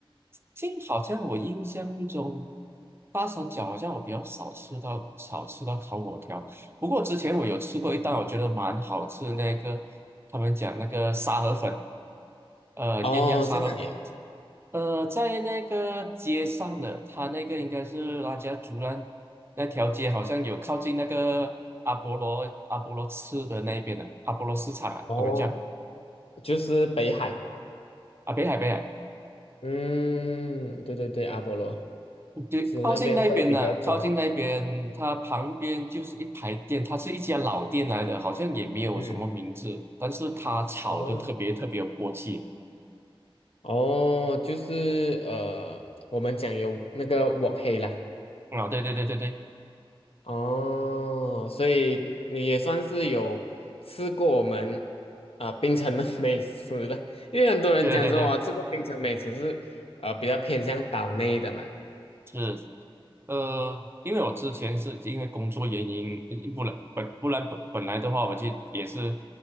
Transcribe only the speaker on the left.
嗯
哦，
在那里啊
哦，
就是北海。
嗯，对对对，阿波罗
是那边会比较多好吃的。
嗯，
哦哦，就是呃，我们讲有那个锅黑啦。
哦，所以你也算是有吃过我们啊、呃槟城的 <laughs> 美食了，因为很多人讲说我吃过槟城美食是呃比较偏向岛内的嘛，